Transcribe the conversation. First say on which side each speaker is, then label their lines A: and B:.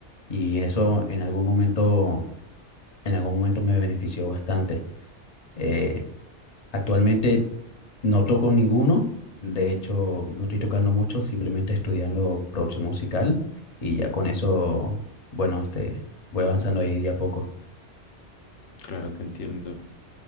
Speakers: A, on the left; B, on the left.
A: Y eso en algún momento, en algún momento me benefició bastante. Eh, Actualmente no toco ninguno, de hecho no estoy tocando mucho, simplemente estudiando producción musical y ya con eso, bueno, este, voy avanzando ahí de a poco.
B: Claro, te entiendo.